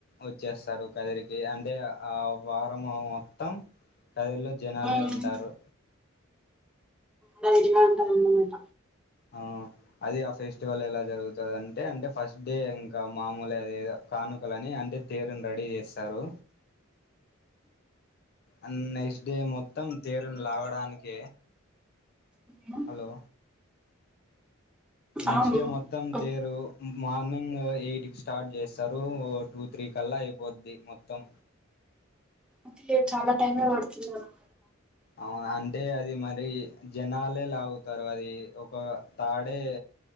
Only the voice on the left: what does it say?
వచ్చేస్తారు కదిరికి అంటే ఆ వారం మ మొత్తం కదిల్లో జనాలే
ఉంటారు
ఆ అది ఆ ఫెస్టివల్ ఎలా జరుగుతుంది అంటే అంటే ఫస్ట్ డే ఇంకా మామూలే అదే కానుకలని అంటే తేరును రెడీ చేస్తారు అ నెక్స్ట్ డే మొత్తం తేరును లాగడానికే
హలో నెక్స్ట్
డే మొత్తం
తేరు మార్నింగ్ ఎయిట్కి స్టార్ట్ చేస్తారు టూ త్రీ కల్లా అయిపోద్ది మొత్తం
అవును అంటే అది మరి మరి జనాలే లాగుతారు అది ఒక తాడే